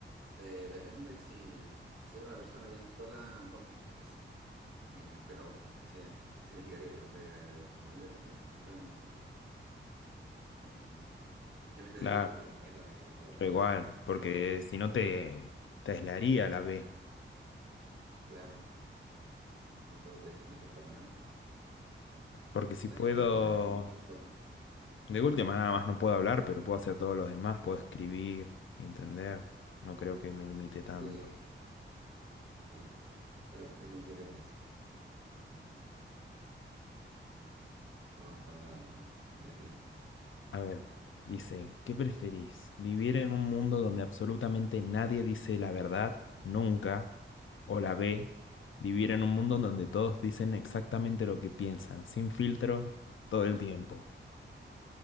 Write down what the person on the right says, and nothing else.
eh, depende si, si eres una persona bien sola, a lo mejor no te interesa. Eh, pero eso ya si- significaría perder a tu familia también, no te van a entender. Eh, yo me quedaría
con la primera de no poder hablar,
no
sé tú,
claro, no no te podrías comunicar para nada,
estarías
como condenado a estar solo.
Sí, sí, está bien, yo me quedaría con eso. Vamos con la, con la que viene.